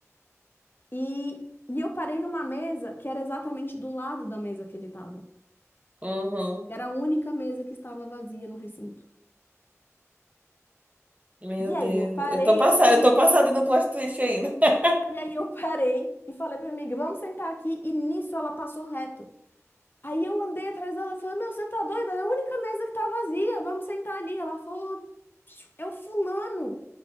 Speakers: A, on the left (about 40°); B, on the right (about 30°).
A: E, e eu parei numa mesa que era exatamente do lado da mesa que ele estava.
B: uhum.
A: Era a única mesa que estava vazia no recinto.
B: Meu
A: E
B: Deus,
A: aí eu parei,
B: eu tô passada,
A: eu falei,
B: eu
A: então.
B: tô passada no plot twist ainda. <laughs>
A: E aí eu parei e falei pra minha amiga, vamos sentar aqui. E nisso ela passou reto. Aí eu andei atrás dela e falei, meu, você tá doida? É a única mesa que tá vazia, vamos sentar ali. Ela falou, "Psiu, é o fulano.